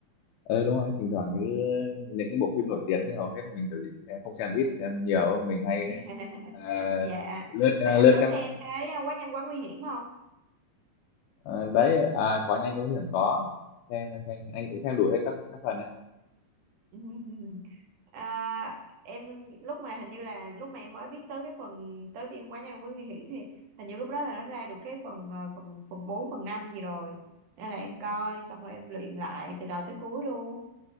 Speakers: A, on the left; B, on the right.
A: ờ đúng rồi thỉnh thoảng cứ những cái bộ phim nổi tiếng thì hầu hết mình kiểu gì cũng xem không xem ít xem nhiều mình hay
B: <laughs>
A: à,
B: dạ
A: lướt à,
B: vậy anh
A: lướt
B: có
A: các
B: xem
A: mạng
B: cái à, quá nhanh quá nguy hiểm không
A: à, đấy à, có nhanh có hiểm có xem em xem anh cũng xem đủ hết các các phần đấy
B: <laughs> à, em lúc mà hình như là lúc mà em mới biết tới cái phần tới phim quá nhanh quá nguy hiểm thì hình như lúc đó là nó ra được cái phần à, phần phần 4 phần 5 gì rồi nên là em coi xong rồi em luyện lại từ đầu tới cuối luôn